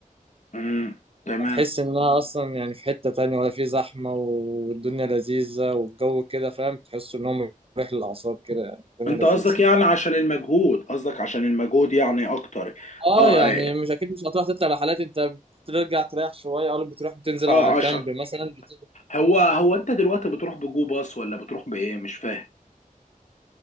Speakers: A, on the left; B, on the right.
A: امم تمام
B: هتحس انها اصلا يعني في حتة تانية ولا في زحمة والدنيا لذيذة والجو كده فاهم تحس انهم مريح للاعصاب كده يعني الدنيا
A: انت
B: لذيذة
A: قصدك يعني عشان المجهود قصدك عشان المجهود يعني اكتر
B: اه
A: اه
B: يعني
A: اه
B: مش اكيد مش هتروح تطلع رحلات انت بترجع تريح شوية او بتروح بتنزل
A: آه،
B: على
A: عشان
B: كامب مثلا بت...
A: هو هو انت دلوقتي بتروح بجو باص ولا بتروح بايه مش فاهم